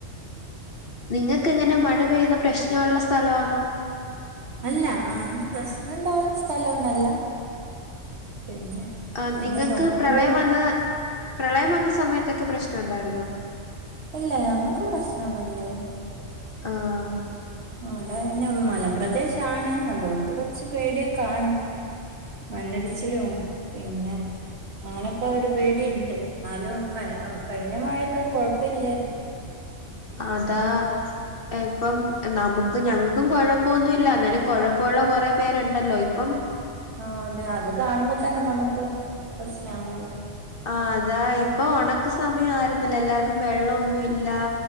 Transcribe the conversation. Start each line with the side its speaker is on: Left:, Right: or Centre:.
Left: നിങ്ങക്കെങ്ങന മഴ പെയ്ത പ്രശ്നുള്ള സ്ഥലാണോ?
Right: അല്ല ആണ് പ്രശ്നൊണ്ടാവ്ന്ന സ്ഥലൊന്നല്ല പിന്നെ.
Left: ആഹ്
Right: എന്റെ
Left: നിങ്ങക്ക്
Right: സ്വന്തം
Left: പ്രളയം
Right: വീട്
Left: വന്ന പ്രളയം വന്ന സമയത്തൊക്കെ പ്രശ്നൊണ്ടായിര്ന്നോ.
Right: ഇല്ല ഞങ്ങക്ക് പ്രശ്നൊന്നുല്ലാരുന്നു
Left: ആഹ്
Right: അവിടെ ന്നെ മലം പ്രദേശാണ് അതുകൊണ്ട് കുറച്ച് പേടിയൊക്കാണ് മണ്ണടിച്ചിലും പിന്നെ അങ്ങനൊക്കെ ഒരു പേടിയ്ണ്ട് എന്നാലും കഴിഞ്ഞ മഴയത്തൊന്നും കുഴപ്പല്ലായിരുന്നു
Left: അതാ ഇപ്പം നമുക്ക് ഞങ്ങക്കു കൊഴപ്പൊന്നുല്ല എന്നാലും കുഴപ്പമുള്ള കുറേ പേരുണ്ടല്ലോ ഇ പ്പം
Right: ആഹ് അതെ അത് കാണുമ്പോ തന്നെ നമുക്ക് പ്രസ്നാണല്ലോ
Left: ആഹ് അതാ ഇപ്പൊ ഉണക്ക് സമയം ആരുന്നില്ലോ എല്ലാർക്കും വെള്ളം ഒന്നുമില്ല